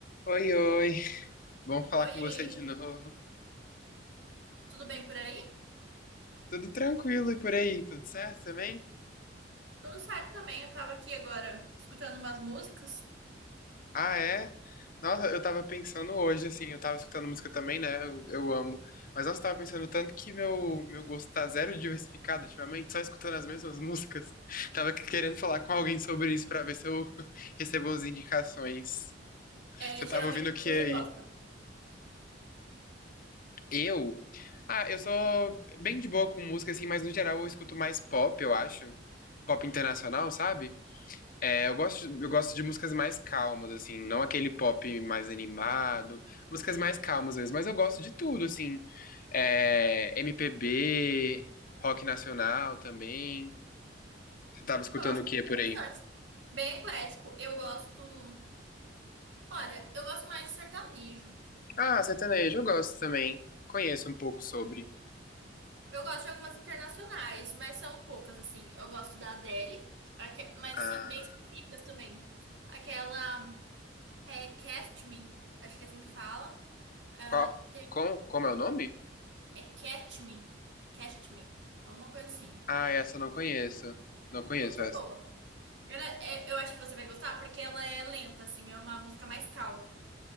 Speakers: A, on the left; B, on the right.
A: Oi, oi. Bom falar
B: Oiê,
A: com você de novo.
B: tudo bem por aí?
A: Tudo tranquilo e por aí? Tudo certo também?
B: Tudo certo também. Eu tava aqui agora escutando umas músicas.
A: Ah, é? Nossa, eu tava pensando hoje, assim, eu tava escutando música também, né? Eu, eu amo. Mas nossa, eu tava pensando tanto que meu, meu gosto tá zero diversificado ultimamente, só escutando as mesmas músicas. <laughs> Tava querendo falar com alguém sobre isso pra ver se eu <laughs> recebo as indicações.
B: É,
A: Você tava
B: geralmente
A: ouvindo o
B: o
A: que
B: que você
A: aí?
B: gosta?
A: Eu? Ah, eu sou bem de boa com música, assim, mas no geral eu escuto mais pop, eu acho. Pop internacional, sabe? É, eu gosto, eu gosto de músicas mais calmas, assim, não aquele pop mais animado, músicas mais calmas mesmo, mas eu gosto de tudo, assim, é, MPB, rock nacional também. Você tava escutando
B: Nossa,
A: o
B: que
A: que por
B: interessante.
A: aí?
B: Bem eclético. Eu gosto. Olha, eu gosto mais de sertanejo.
A: Ah, sertanejo, eu gosto também. Conheço um pouco sobre.
B: Eu gosto de algumas internacionais, mas são poucas, assim. Eu gosto da Adele, aque- mas
A: Ah,
B: assim, bem específicas também. Aquela é Catch Me, acho que é assim que fala. Ah,
A: qual,
B: tem-
A: com, como é o nome?
B: É Catch Me, Catch Me, alguma coisa assim.
A: Ah, essa eu não conheço. Não conheço
B: Muito
A: essa.
B: boa. Ela é- eu acho que você vai gostar porque ela é lenta, assim, é uma música mais calma.